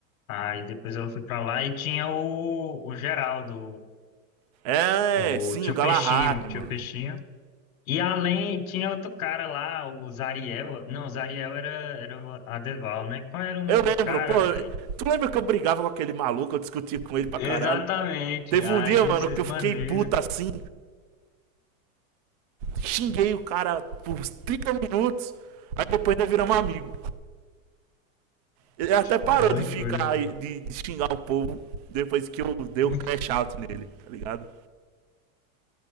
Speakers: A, on the left; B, on the right.
A: aí depois ela foi pra lá e tinha o, o Geraldo,
B: É,
A: o,
B: sim,
A: o tio
B: o Galahad,
A: Peixinho, tio
B: mano.
A: Peixinho. E além tinha outro cara lá, o Zariel, não, o Zariel era era o Adeval, né? Qual era o nome
B: Eu lembro,
A: do cara,
B: pô.
A: velho?
B: Tu lembra que eu brigava com aquele maluco? Eu discutia com ele pra
A: Exatamente.
B: caralho. Teve
A: Aí
B: um dia, mano,
A: vocês
B: que eu
A: maneiram.
B: fiquei puta assim. Xinguei o cara por 30 minutos. Aí depois ainda viramos amigo. Ele até parou
A: É loucura,
B: de ficar de, de xingar o povo depois que eu dei
A: mano.
B: o crash out nele, tá ligado?